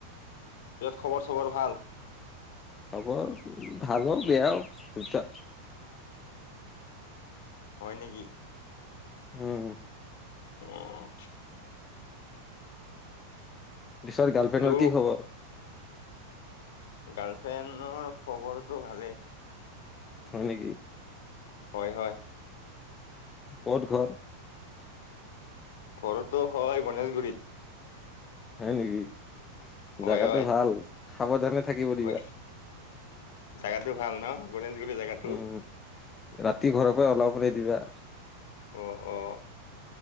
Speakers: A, on the left; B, on the left.
A: খবৰ চবৰ ভাল
B: খবৰ ভালও বেয়াও দুটা
A: হয় নেকি?
B: উম
A: অ।
B: পিছে গাৰ্লফ্ৰেণ্ডৰ
A: হেল্ল'
B: কি খবৰ?
A: গাৰ্লফ্ৰেণ্ডৰ খবৰটো ভালেই।
B: হয় নেকি?
A: হয় হয়।
B: ক'ত ঘৰ?
A: ঘৰতো হয় গণেশগুৰিত।
B: হয় নেকি
A: হয়
B: জাগাটো
A: হয়
B: ভাল সাৱধানে থাকিব দিব
A: হয় জাগাটো ভাল ন গণেশগুৰি জেগাটো
B: উম ৰাতি ঘৰৰ পৰা ওলাব নিদিবা।
A: অ অ